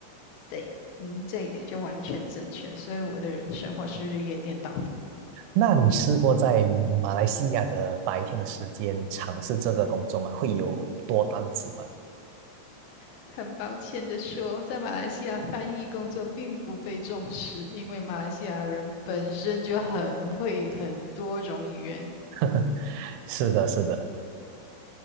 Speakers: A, on the left; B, on the right.
A: 对，您这一点就完全正确，所以我的生活是日夜颠倒的。
B: 那你试过在马来西亚的白天的时间尝试这个工作吗？会有多单子吗？
A: 很抱歉的说，在马来西亚翻译工作并不被重视，因为马来西亚人本身就很会很多种语言，
B: <laughs> 是的，是的。